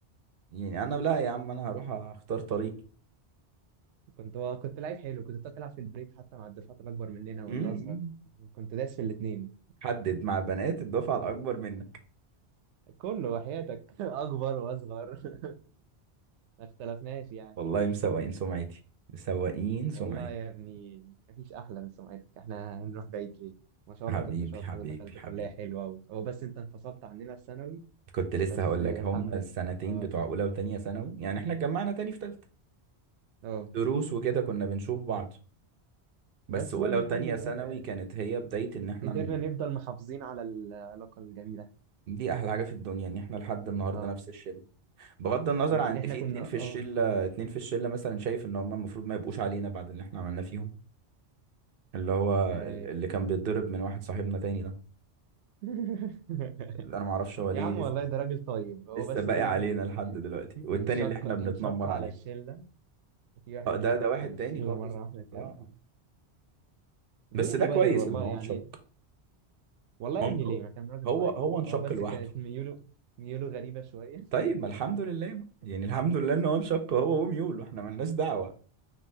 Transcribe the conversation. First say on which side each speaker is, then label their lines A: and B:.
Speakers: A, on the right; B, on the right.
A: يعني انا لا يا عم انا هروح اختار طريق
B: كنت كنت لعيب حلو كنت بتعرف تلعب في البريك حتى مع الدفعات الاكبر مننا والاصغر
A: مم.
B: كنت داس في الاثنين
A: حدد مع بنات الدفعة الأكبر منك
B: كله وحياتك <laughs> اكبر واصغر <laughs> ما اختلفناش يعني
A: والله مسوقين سمعتي مسوقين سمعتي
B: والله يا ابني مفيش أحلى من سمعتك احنا هنروح بعيد ليه ما شاء
A: حبيبي
B: الله كنت شاطر
A: حبيبي
B: ودخلت
A: حبيبي
B: كلية حلوة و... هو بس انت انفصلت عننا في ثانوي
A: كنت لسه
B: بس
A: هقول
B: الحمد
A: لك هم السنتين
B: لله اه
A: بتوع أولى وتانية ثانوي يعني إحنا اتجمعنا تاني في تالتة
B: اه
A: دروس وكده كنا بنشوف بعض
B: بس
A: بس أولى
B: برضو
A: وتانية
B: الحمد لله
A: ثانوي
B: ف...
A: كانت هي بداية إن إحنا
B: قدرنا
A: ن-
B: نفضل محافظين على العلاقة الجميلة
A: دي أحلى حاجة في الدنيا إن إحنا لحد النهاردة
B: اه
A: نفس الشلة بغض النظر
B: يمكن
A: عن
B: احنا
A: إن في
B: كنا
A: اتنين في
B: اه
A: الشلة اتنين في الشلة مثلا شايف إن هم المفروض ما يبقوش علينا بعد اللي إحنا عملناه فيهم اللي هو
B: آه.
A: ال- اللي كان بيتضرب من واحد صاحبنا تاني ده
B: <laughs>
A: انا ما اعرفش هو ليه
B: يا عم
A: لسه
B: والله ده راجل طيب هو
A: لسه
B: بس
A: باقي
B: في
A: علينا
B: واحد اللي
A: لحد
B: ان- ان-
A: دلوقتي والتاني
B: انشق
A: اللي احنا بنتنمر
B: انشق على
A: عليه
B: الشلة وفي واحد
A: اه
B: انشق
A: ده ده واحد
B: عن الشلة
A: تاني خالص
B: مرة واحدة كده
A: اه آه.
B: بدون
A: بس ده
B: مبرر
A: كويس
B: والله
A: ان هو
B: يعني
A: انشق
B: والله يا
A: هو
B: ابني ليه ما كان راجل
A: هو
B: طيب
A: هو انشق
B: هو بس
A: لوحده
B: كانت ميوله ميوله غريبة شوية
A: طيب ما الحمد لله بقى. يعني الحمد لله ان هو انشق هو وميول واحنا ملناش دعوة